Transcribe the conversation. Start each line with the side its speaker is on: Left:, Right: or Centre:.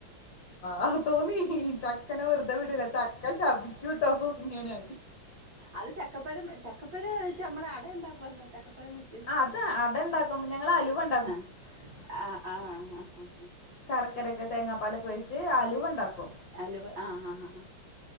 Left: ആഹ് തോന്നി ഹി ചക്കനെ വെറ്തെ വിടൂല ചക്ക ശർദ്ദിക്കൂട്ടൊ ഇങ്ങനെ
Right: അത് ചക്കപ്പഴം ചക്കപ്പഴം വെച്ച് അമ്മള് അടയിണ്ടാക്കുവല്ലോ ചക്കപ്പഴം വെച്ച്
Left: ആഹ് അത് അട ഇണ്ടാക്കുമ്പൊ ഞങ്ങള് അലുവണ്
Right: ആഹ് ആഹ് ആഹ് ആഹ് ആഹ് ആഹ്
Left: ശർക്കരയെക്കെ തേങ്ങാപ്പാലൊക്കെ ഒയിച്ച് അലുവ ഇണ്ടാക്കും
Right: അല്ലവ് ആഹ് ആഹ് ആഹ്